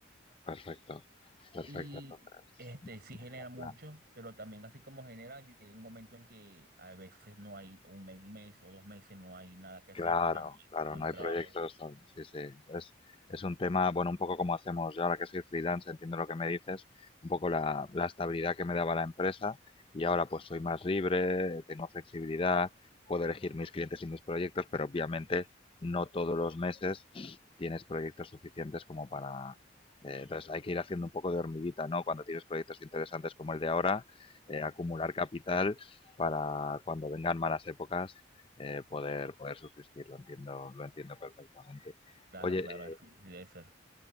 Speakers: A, on the left (about 30°); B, on the right (about 55°).
A: Perfecto, perfecto.
B: Y
A: Entonces,
B: este
A: muy,
B: sí
A: muy
B: genera
A: buen
B: mucho,
A: plan.
B: pero también así como genera, llega un momento en que a veces no hay un mes, un mes o dos meses, no hay nada que hacer,
A: Claro,
B: o sea, no, hay-
A: claro,
B: no
A: no
B: hay
A: hay
B: trabajo.
A: proyectos. no- Sí, sí, es, es un tema, bueno, un poco como hacemos yo ahora que soy freelance, entiendo lo que me dices, un poco la, la estabilidad que me daba la empresa y ahora pues soy más libre, tengo flexibilidad, puedo elegir mis clientes y mis proyectos, pero obviamente no todos los meses tienes proyectos suficientes como para... eh, entonces hay que ir haciendo un poco de hormiguita, ¿no? Cuando tienes proyectos interesantes como el de ahora, eh, acumular capital para cuando vengan malas épocas eh, poder, poder subsistir, lo entiendo, lo entiendo perfectamente.
B: Claro,
A: Oye,
B: claro,
A: eh,
B: así debe ser.